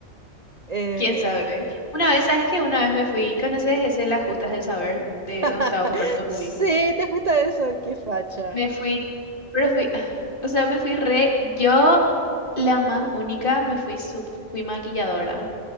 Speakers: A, on the right (about 40°); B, on the left (about 45°).
A: Eh,
B: ¿Quién sabe? Una vez, ¿sabes qué? Una vez me fui, ¿conoces ese Las Justas del Saber? De
A: <laughs>
B: donde estaba Humberto Rubí.
A: Sí, te fuiste a eso, qué facha.
B: Me fui, pero fui, <sighs> o sea, me fui re, yo la más única, me fui, sub- fui maquilladora.